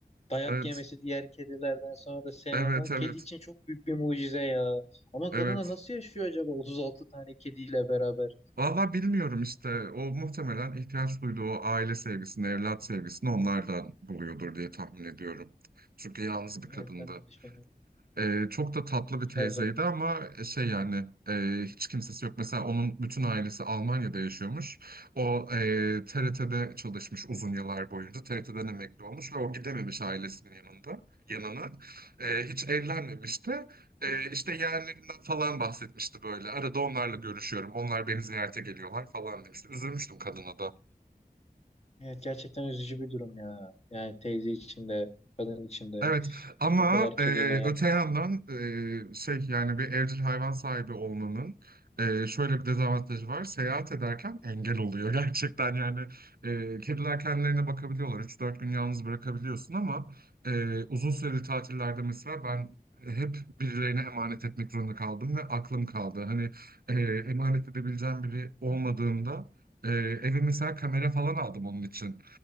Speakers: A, on the left; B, on the right.
A: Dayak
B: evet,
A: yemesi diğer kedilerden sonra da sen
B: evet,
A: alman. Kedi
B: evet,
A: için çok büyük bir mucize ya. Ama
B: evet.
A: kadın da nasıl yaşıyor acaba 36 tane kediyle beraber?
B: Valla bilmiyorum işte. O muhtemelen ihtiyaç duyduğu o aile sevgisini, evlat sevgisini onlardan buluyordur diye tahmin ediyorum. Çünkü yalnız bir
A: Evet
B: kadındı.
A: ben de öyle düşünüyorum.
B: Ee, çok da tatlı
A: Ben
B: bir teyzeydi
A: Her zaman.
B: ama e, şey yani e, hiç kimsesi yok. Mesela onun bütün ailesi Almanya'da yaşıyormuş. O e, TRT'de çalışmış uzun yıllar boyunca. TRT'den emekli olmuş ve o gidememiş ailesinin yanında yanına. E, hiç evlenmemişti. E, işte yeğenlerinden falan bahsetmişti böyle. Arada onlarla görüşüyorum. Onlar beni ziyarete geliyorlar falan demişti. Üzülmüştüm kadına da.
A: Evet gerçekten üzücü bir durum ya. Yani teyze için de kadın için de
B: Evet ama
A: bu kadar
B: e,
A: kediyle yalnız.
B: öte yandan e, şey yani bir evcil hayvan sahibi olmanın e, şöyle bir dezavantajı var. Seyahat ederken engel oluyor <laughs> gerçekten yani e, kediler kendilerine bakabiliyorlar. üç dört gün yalnız bırakabiliyorsun ama e, uzun süreli tatillerde mesela ben hep birilerine emanet etmek zorunda kaldım ve aklım kaldı. Hani e, emanet edebileceğim biri olmadığında e, eve mesela kamera falan aldım onun için.